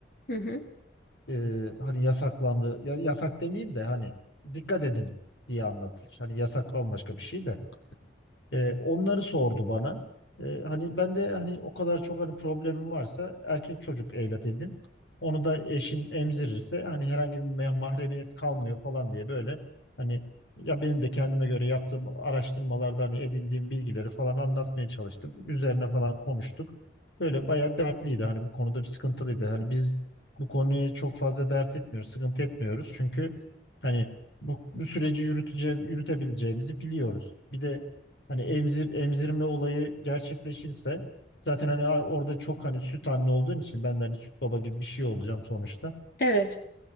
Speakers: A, on the left; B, on the left.
A: Hı hı.
B: E, hani yasaklandı ya, yasak demeyeyim de hani dikkat edin diye anlatılır. Hani yasak bambaşka bir şey de. E, onları sordu bana. E, hani ben de hani o kadar çok hani problemim varsa erkek çocuk evlat edin. Onu da eşin emzirirse hani herhangi bir ma- mahremiyet kalmıyor falan diye böyle hani ya benim de kendime göre yaptığım araştırmalarda hani edindiğim bilgileri falan anlatmaya çalıştım. Üzerine falan konuştuk. Böyle bayağı dertliydi hani bu konuda bir sıkıntılıydı. Hani biz bu konuya çok fazla dert etmiyoruz, sıkıntı etmiyoruz. Çünkü hani bu, bu süreci yürütece, yürütebileceğimizi biliyoruz. Bir de Hani emzir, emzirme olayı gerçekleşirse zaten hani a- orada çok hani süt anne olduğun için ben de hani süt baba gibi bir şey olacağım sonuçta.
A: Evet.